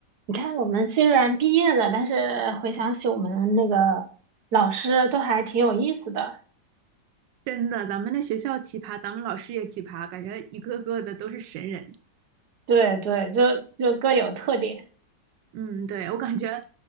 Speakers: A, on the right; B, on the right.
A: 你看，我们虽然毕业了，但是回想起我们那个老师都还挺有意思的。
B: 真的，咱们那学校奇葩，咱们老师也奇葩，感觉一个个的都是神人。
A: 对对，就就各有特点。
B: 嗯，对，我感觉，